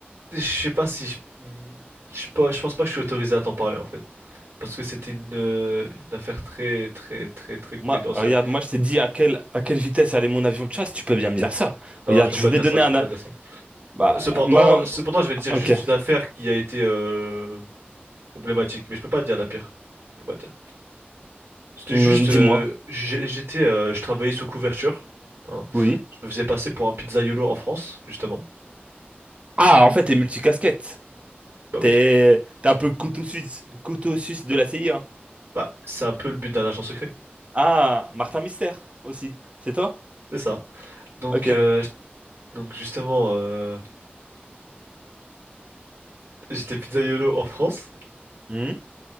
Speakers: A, on the right (about 85°); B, on the right (about 30°).
A: je sais pas si je, je sais pas, je pense pas que je suis autorisé à t'en parler en fait, parce que c'était une, euh, une affaire très très très très confidentielle.
B: Moi, regarde, moi je t'ai dit à quelle, à quelle vitesse allait mon avion de chasse, tu peux bien me dire ça.
A: Non,
B: Regarde,
A: je peux
B: je
A: pas
B: voulais
A: dire
B: donner
A: ça, je
B: un,
A: peux pas dire ça.
B: Bah,
A: Cependant,
B: moi,
A: cependant, je vais te dire
B: ok.
A: juste une affaire qui a été euh, problématique, mais je peux pas te dire la pire. Je peux pas te dire. C'était
B: Hum,
A: juste, euh,
B: dis-moi.
A: j'ai- j'étais, euh, je travaillais sous couverture. hein.
B: Oui.
A: Je me faisais passer pour un pizzaïolo en France, justement.
B: Ah,
A: Mm.
B: en fait, t'es multicasquette.
A: Bah oui.
B: T'es, t'es un peu couteau suisse, couteau suisse de la CIA.
A: Bah, c'est un peu le but d'un agent secret.
B: Ah, Martin Mystère aussi. C'est toi?
A: C'est ça. Donc,
B: Ok.
A: euh, donc justement, euh, j'étais pizzaïolo en France.
B: Hmm.